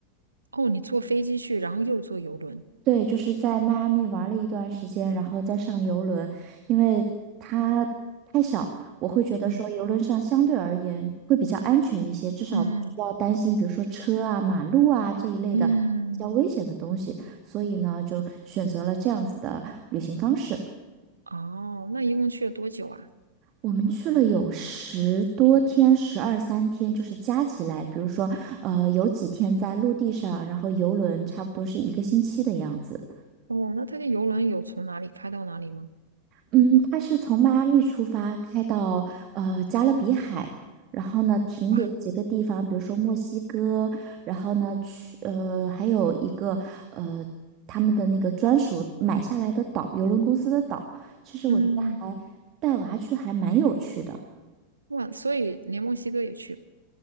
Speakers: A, on the right (about 75°); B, on the right (about 35°).
A: 哦，你坐飞机去，然后又坐游轮。
B: 对，就是在迈阿密玩了一段时间，然后再上游轮，因为它太小，我会觉得说游轮上相对而言会比较安全一些，
A: 嗯
B: 至少不需要担心，
A: 嗯
B: 比如说车啊、马路啊这一类的比较危险的东西，
A: 嗯，
B: 所以呢，就选择了这样子的旅行方式。
A: 哦，那一共去了多久啊？
B: 我们去了有十多天，十二三天，就是加起来，比如说，呃，有几天在陆地上，然后游轮差不多是一个星期的样子。
A: 哦，那他的游轮有从哪里开到哪里吗？
B: 嗯，它是从迈阿密出发，开到呃加勒比海，然后呢停留几个地方，
A: 哇，
B: 比如说墨西哥，然后呢去呃还有一个呃他们的那个专属买下来的岛，邮轮公司的岛。其实我觉得
A: 嗯，
B: 带娃去还蛮有趣的。
A: 哇，所以连墨西哥也去了